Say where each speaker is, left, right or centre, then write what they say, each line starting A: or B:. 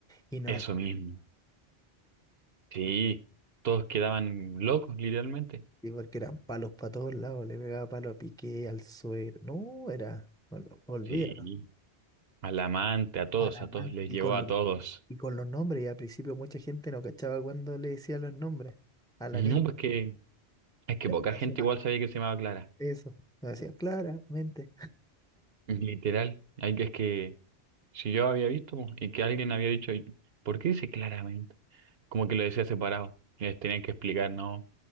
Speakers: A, in the centre; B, on the right.
A: Y no
B: Eso
A: era
B: mismo. Sí. Todos quedaban locos, literalmente.
A: así porque eran palos para todos lados. Le pegaba palo a Piqué, al suero. No, era. ol- Olvídalo.
B: Sí. Al amante, a todos,
A: A la
B: a
A: man.
B: todos les
A: Y
B: llegó
A: con los,
B: a todos.
A: y con los nombres. Y al principio mucha gente no cachaba cuando le decía los nombres. A la
B: No,
A: niña.
B: pues que es que
A: le
B: poca
A: pareció
B: gente
A: más
B: igual sabía que se llamaba Clara.
A: Eso. Me decía claramente.
B: Literal, hay que es que si yo había visto po, y que alguien había dicho, ¿por qué dice claramente? Como que lo decía separado. Y les tenían que explicar, ¿no?